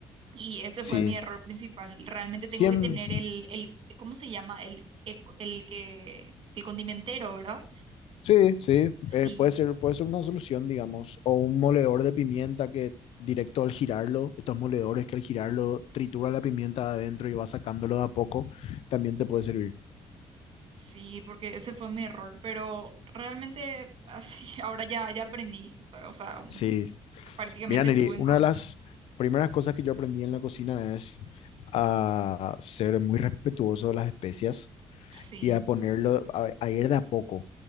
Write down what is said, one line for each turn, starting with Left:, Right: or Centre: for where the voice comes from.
Right: y ese
Left: Sí,
Right: fue mi error principal. Realmente tengo
Left: Siem-
Right: que tener el, el, ¿cómo se llama? El, el, el que, el condimentero, ¿verdad?
Left: sí, sí,
Right: Sí.
Left: eh, puede ser, puede ser una solución, digamos, o un moledor de pimienta que directo al girarlo, estos moledores que al girarlo tritura la pimienta de adentro y va sacándolo de a poco, también te puede servir.
Right: Sí, porque ese fue mi error, pero realmente así, <laughs> ahora ya, ya aprendí, o sea, un-
Left: Sí.
Right: prácticamente
Left: Mira, Neri,
Right: estuve en...
Left: una
Right: co-
Left: de las primeras cosas que yo aprendí en la cocina es a ser muy respetuoso de las especias
Right: Sí,
Left: y a ponerlo, a, a ir de a poco